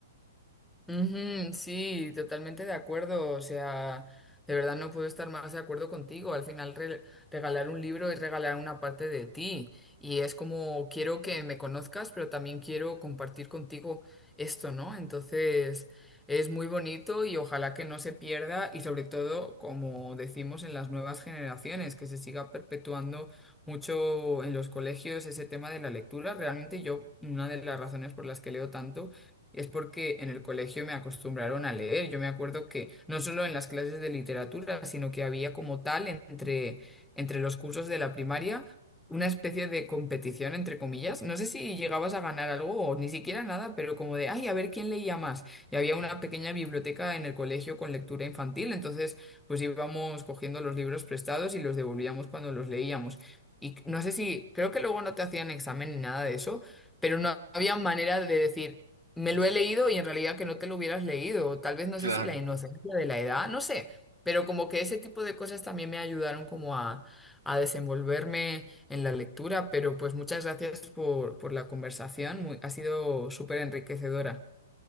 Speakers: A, in the centre; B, on the right (about 80°).
A: Ujú, sí, totalmente de acuerdo. O sea, de verdad no puedo estar más de acuerdo contigo. Al final, re- regalar un libro es regalar una parte de ti. Y es como quiero que me conozcas, pero también quiero compartir contigo esto, ¿no? Entonces, es muy bonito y ojalá que no se pierda y sobre todo, como decimos en las nuevas generaciones, que se siga perpetuando mucho en los colegios ese tema de la lectura. Realmente yo, una de las razones por las que leo tanto es porque en el colegio me acostumbraron a leer. Yo me acuerdo que no solo en las clases de literatura, sino que había como tal entre, entre los cursos de la primaria una especie de competición, entre comillas. No sé si llegabas a ganar algo o ni siquiera nada, pero como de, ay, a ver quién leía más. Y había una
B: Ujú.
A: pequeña biblioteca en el colegio con lectura infantil, entonces pues íbamos cogiendo los libros prestados y los devolvíamos cuando los leíamos. Y no sé si, creo que luego no te hacían examen ni nada de eso pero no había manera de decir, me
B: <laughs>
A: lo he leído y en realidad que no te lo hubieras leído, o tal vez no
B: Claro.
A: sé si la inocencia de la edad, no sé, pero como que ese tipo de cosas también me ayudaron como a, a desenvolverme en la lectura, pero pues muchas gracias por, por la conversación, muy- ha sido súper enriquecedora.